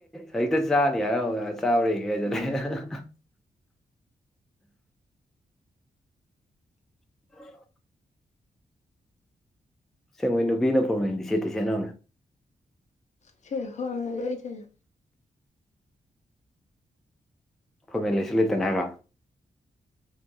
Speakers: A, in the centre; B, on the left (about 50°).
A: ꯍꯖꯤꯛꯇ ꯆꯥꯅꯤ ꯍꯥꯏꯔꯝꯃꯒ ꯆꯥꯕꯔꯡꯉꯦ ꯍꯥꯖꯤꯜꯂꯦ
B: ꯎꯝ
A: ꯑꯍꯥ ꯍ ꯍꯥ <inaudible> ꯑꯁꯦꯡꯕꯩ ꯅꯨꯄꯤꯅ ꯐꯣꯔꯃꯦꯟꯗꯤ ꯁꯦꯠꯇꯤ ꯁꯦꯠꯅꯕꯅꯦ
B: ꯁꯦ ꯍꯣꯏ <unintelligible>
A: ꯐꯣꯔꯃꯦꯟ ꯂꯩꯥꯏꯁꯨ ꯂꯩꯇꯅ ꯍꯥꯏꯔꯣ